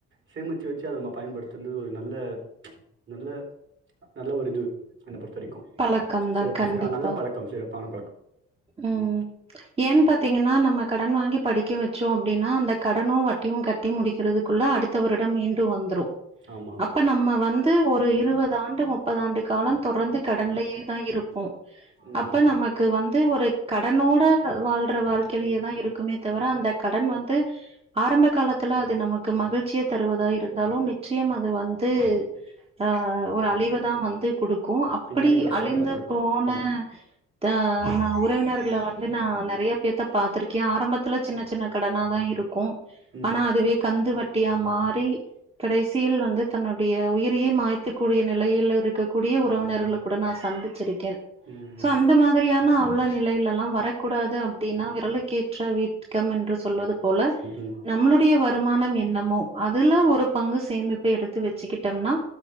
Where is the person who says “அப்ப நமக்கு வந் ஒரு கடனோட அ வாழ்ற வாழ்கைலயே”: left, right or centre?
Right